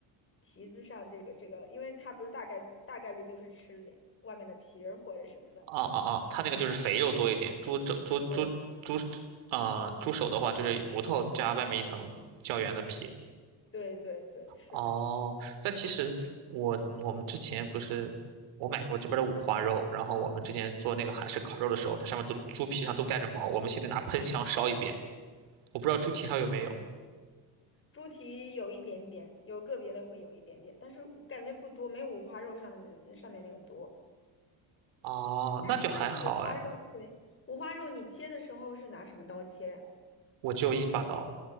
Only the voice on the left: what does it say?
蹄子上这个这个，因为它不是大概大概率都是吃里外面的皮儿或者什么的。
嗯，
对
对对对，是。
嗯，
哦，猪蹄有一点点，有个别的会有一点点，但是我感觉不多，没有五花肉上的那上面那个多。
但是说起五花肉，
对，五花肉你切的时候是拿什么刀切啊？